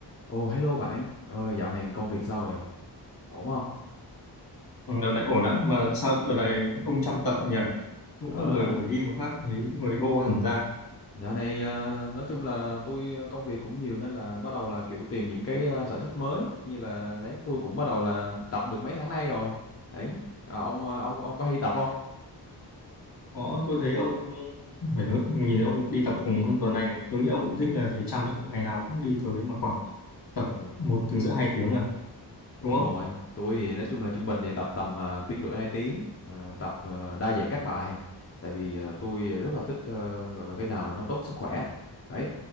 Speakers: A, on the left; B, on the left.
A: Ồ hello bạn, ờ, dạo này công việc sao rồi? Ổn không?
B: Ừ, Đợt này ổn lắm mà sao đợt này ông chăm tập nhỉ cũng
A: Ờ,
B: là người của gym mà khác thấy người đô hẳn ra
A: dạo này ờ, nói chung là tôi ờ, công việc cũng nhiều nên là bắt đầu là kiểu tìm những cái ờ, sở thích mới như là đấy tôi cũng bắt đầu là tập được mấy tháng nay rồi. Đấy, à, ông ờ, ông ông có hay tập không?
B: có tôi thấy ông phải hơn- nhìn thấy ông đi tập cùng hơn tuần này rồi. tôi nghĩ ông cũng thích là thầy chăm lắm ngày nào cũng đi tới mà khoảng tập
A: Ừ,
B: một tiếng rưỡi hai tiếng à
A: đúng
B: đúng không
A: rồi, tôi thì nói chung là trung bình thì tập tầm ờ, tiếng rưỡi 2 tiếng, ờ, tập ờ, đa dạng các bài tại vì ờ, tôi rất là thích ờ, gọi là cái nào mà nó tốt sức khỏe. Đấy.